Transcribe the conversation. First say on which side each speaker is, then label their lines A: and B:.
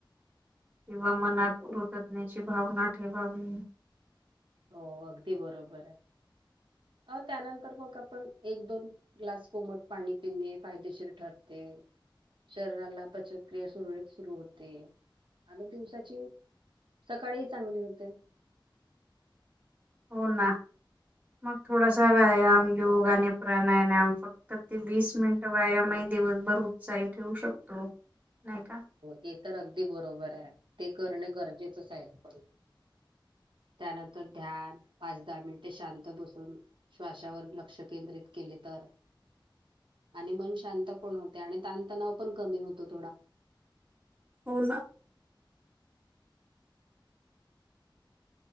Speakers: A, on the right; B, on the right.
A: किंवा मनात कृतज्ञाची भावना ठेवावी.
B: हो अगदी बरोबर आहे. अ त्यानंतर मग आपण एक दोन ग्लास कोमट पाणी पिणे फायदेशीर ठरते. शरीराला पचनक्रिया सुरळीत सुरू होते आणि दिवसाची सकाळीही चांगली होते.
A: हो ना रोज थोडसा व्यायाम योग आणि प्राणायाम. तर ते वीस मिनिट व्यायामही दिवसभर उत्साही ठेवू शकतो. नाही का?
B: हे तर अगदी बरोबर आहे. ते करणं गरजेचंच आहे पण. त्यानंतर ध्यान पाच दहा मिनिटे शांतबसून श्वासावर लक्ष केंद्रित केले तर आणि मन शांत पण होते. आणि ताणतणाव पण कमी होतो थोडा.
A: हो ना.